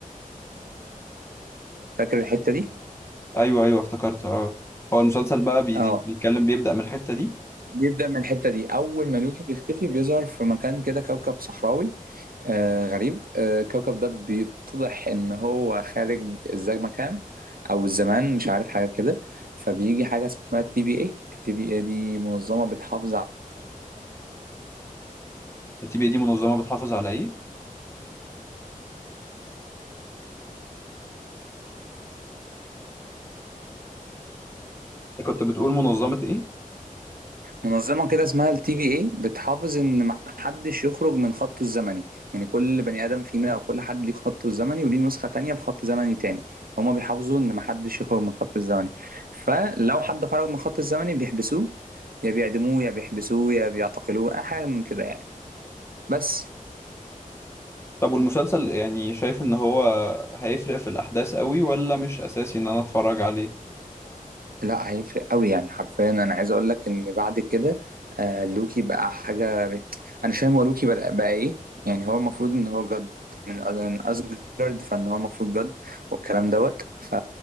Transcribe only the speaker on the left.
ايوه ايوه افتكرت اه هو المسلسل بقى بي-
بيتكلم بيبدأ من الحتة دي
التي بي دي منظمة بتحافظ على ايه كنت بتقول منظمة ايه
طب والمسلسل يعني شايف ان هو هيفرق في الاحداث قوي ولا مش اساسي ان انا اتفرج عليه